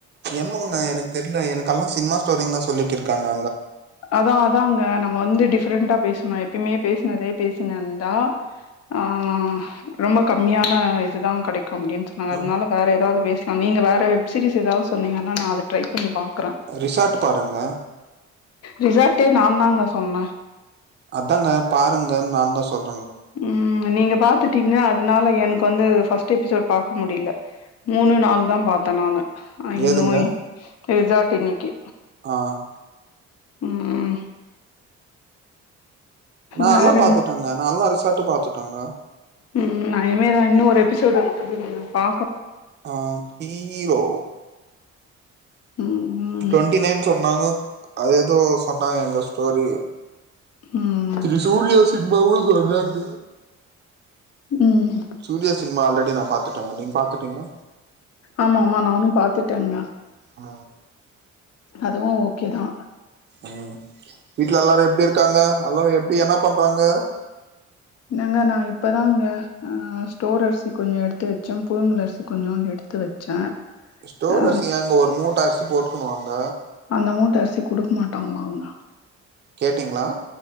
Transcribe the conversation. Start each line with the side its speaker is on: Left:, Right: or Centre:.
Right: என்ன ஒன்னு எனக்கு தெரில எனக்குக்கெல்லா சினிமா ஸ்டோரிங தா சொல்லிட்டு இருக் க்கங்க
Left: அதா அதாங்க நம்ம வந்து டிஃப்ரெண்டா பேசு ஆமா எப்பயமே பேசினதே பேசினந்தா ஆ ரொம்ப கம்மியான இதுதா கிடைக் கம்டின்னு சொன்னாங்க
Right: ஆ,
Left: அதனால வேற ஏதாவது பேச அ நீங்கள் வேறு வெப்சீஸ் ஏதாவது சொன்னிங்கன்னா நா அது ட்ரை பண்ணி பாக்குறே
Right: ரிசார்ட் பாருங்க
Left: ரிசார்ட்டே நா தாங்க சொன்னே
Right: அதாங்க பாருங்கன்னு நா தா சொல்
Left: ம் நீங்க பாத்துட்டீங்க அதனால எனக்கு வந்து ஃபஸ்டு எபிசோட் பார்கக்க முடியல மூணு நாள் தா பார்த்தே நானு ஆ
Right: ஏதுங்க
Left: நோய் ரிசார்ட் இன்னிக்கு
Right: ஆ
Left: ம்
Right: நா
Left: வேற
Right: எல்லா பாத்துட்டேங்க நல்லா இருச்சி தட்டு பாத்துட்டோங்க
Left: ம் நா இனிமேதா இன்னு ஒரு எபிசோடுப்பா இருக்குதுங்க பா
Right: ஆ ஹீரோ
Left: ம்
Right: ட்வெண்டி நைன் சொன்னாங்க அது ஏதோ சொன்னாங்க எங்க ஸ்டோரி
Left: ம்
Right: திரிசூர்யா சினமாவு வராங்க
Left: ம்
Right: சூரியா சினிம்மா ஆல்ரெ அப்படி நா பாத்துட்டேங்க நீங்க பாத்துட்டிங்கள
Left: ஆமா ஆமா நானு பாத்துட்டேங்க
Right: ஆ
Left: அதுவு ஓகே தா
Right: ம் வீட்டுல எல்லாரு எப்டி இருக்காங்க எல்லாரு எப்படி என்ன பண்றாங்க
Left: என்னங்க நா இப்பதா அங்க ஆ ஸ்டோர் அரிசி கொஞ்ச எடுத்து வச்சே புழுங்கல் அரிசி கொஞ்சூண்டு எடுத்து வச்சே
Right: ஸ்டோர்
Left: ஆ
Right: அரிசி அங்க ஒரு மூட்ட போட்டுக்கணுவாங்க
Left: அந்த மூட்டை அரிசி குடுக்க மாட்டாங்களா அவங்க
Right: கேட்டீங்களா